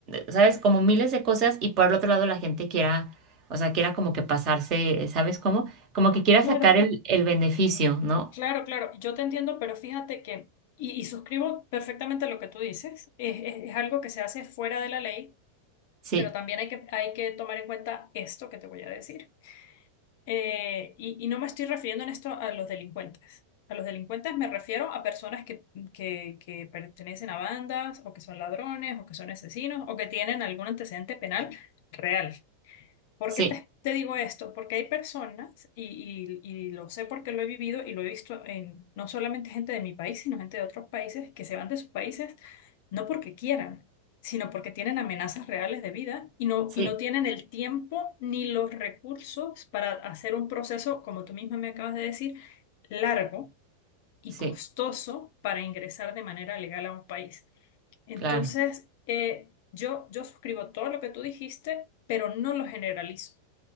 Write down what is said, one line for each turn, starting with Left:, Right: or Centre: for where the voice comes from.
Right: sabes, como miles de cosas y por el otro lado la gente quiera, o sea, quiera como que pasarse, ¿sabes cómo? Como que quiera
Left: Claro.
Right: sacar el, el beneficio, ¿no?
Left: Claro, claro, yo te entiendo, pero fíjate que, y, y suscribo perfectamente lo que tú dices, es, es- es algo que se hace fuera de la ley,
Right: Sí,
Left: pero también hay que, hay que tomar en cuenta esto que te voy a decir. Eh, y, y no me estoy refiriendo en esto a los delincuentes. A los delincuentes me refiero a personas que, que, que pertenecen a bandas, o que son ladrones, o que son asesinos, o que tienen algún antecedente penal real. ¿Por
Right: sí,
Left: qué te, te digo esto? Porque hay personas, y, y- y lo sé porque lo he vivido y lo he visto en no solamente gente de mi país, sino gente de otros países que se van de sus países no porque quieran, sino porque tienen amenazas reales de vida y no,
Right: sí,
Left: y no tienen el tiempo ni los recursos para hacer un proceso, como tú misma me acabas de decir, largo y
Right: sí,
Left: costoso para ingresar de manera legal a un país. Entonces,
Right: claro.
Left: eh, yo, yo suscribo todo lo que tú dijiste, pero no lo generalizo.